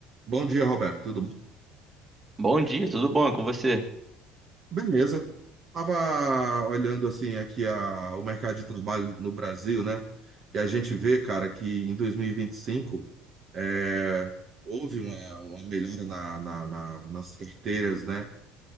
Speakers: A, on the right (about 50°); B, on the right (about 25°).
A: Bom dia, Roberto. Tudo bom?
B: Bom dia, tudo bom? É com você?
A: Beleza. Tava olhando assim aqui a, o mercado de trabalho no Brasil, né? E a gente vê, cara, que em 2025 é, houve uma, uma melhora na, na- na- nas carteiras, né?